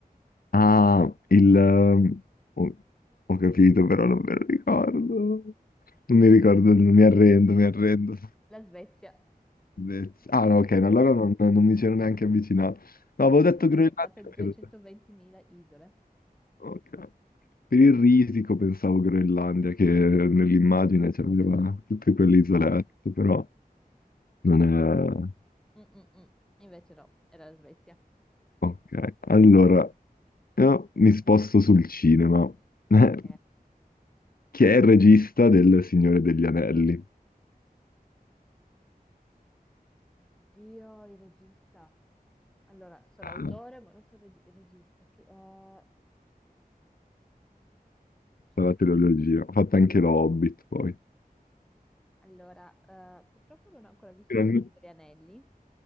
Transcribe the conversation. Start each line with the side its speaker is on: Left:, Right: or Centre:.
Left: Ah, il... ehm, Ho, ho capito, però non me lo ricordo. Non mi ricordo, il- mi arrendo, mi arrendo.
Centre: La Svezia.
Left: Bellezza. Ah, no, ok, no, allora non, non mi c'ero neanche avvicinato. No, avevo
Centre: Praticamente
Left: detto Groenlandia
Centre: è fatta di 220.000
Left: per...
Centre: isole.
Left: ok. Per il risico pensavo Groenlandia, che nell'immagine
Centre: Mm, mm,
Left: c'aveva tutte quelle isolette, però non è...
Centre: mm. mm, mm, mm. Invece no, era la Svezia.
Left: Ok, allora, io mi sposto sul cinema. <laughs>
Centre: Ok.
Left: Chi è il regista del Signore degli Anelli?
Centre: Oddio, il regista. Allora, so
Left: Ah,
Centre: l'autore, ma non so il regi- il regista. Che, eh, regista.
Left: la trilogia. Ho fatto anche lo Hobbit poi.
Centre: Allora, eh, purtroppo non ho ancora visto
Left: Gran-
Centre: Il Signore degli Anelli,